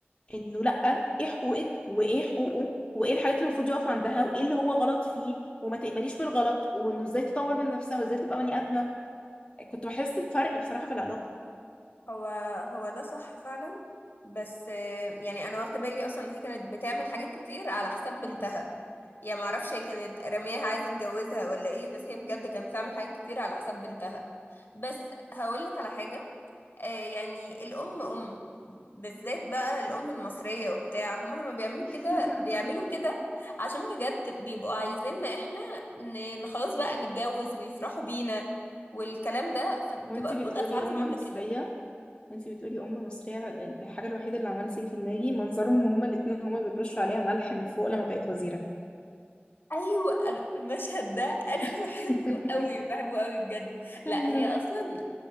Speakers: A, on the left; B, on the left.
A: انه لأ ايه حقوقك وايه حقوقه وايه الحاجات اللي المفروض يقف عندها وايه اللي هو غلط فيه وما تقبليش بالغلط وانه ازاي تطور من نفسها وازاي تبقى بني آدمة كنت بحس بفرق بصراحة في العلاقة
B: هو هو ده صح فعلا بس آه، يعني انا واخده بالي اصلا إن هي كانت بتعمل حاجات كتير على حساب بنتها يا ما اعرفش هي كانت رميها عايزه تتجوزها ولا ايه بس هي بجد كانت بتعمل حاجات كتير على حساب بنتها بس هقول لك على حاجه آه، يعني الأم أم بالذات بقى الأم المصرية وبتاع هما لما بيعملوا
A: <laughs>
B: كده بيعملوا كده عشان بجد بيبقوا عايزيننا احنا ن- ن- خلاص بقى نتجوز ويفرحوا بينا والكلام ده فبتبقى
A: وانتي
B: ردود
A: بتقولي
B: أفعالهم
A: أم
B: عاملة
A: مصرية
B: كده
A: وانتي بتقولي أم مصرية الحاجة الوحيدة اللي عمالة تيجي في دماغي منظرهم هما الاتنين هما بيرشوا عليها ملح من فوق لما بقت وزيرة
B: أيوة أنا- المشهد ده أنا
A: <laughs>
B: <laughs> بحبه قوي بحبه قوي بجد لا
A: ايوه
B: هي أصلا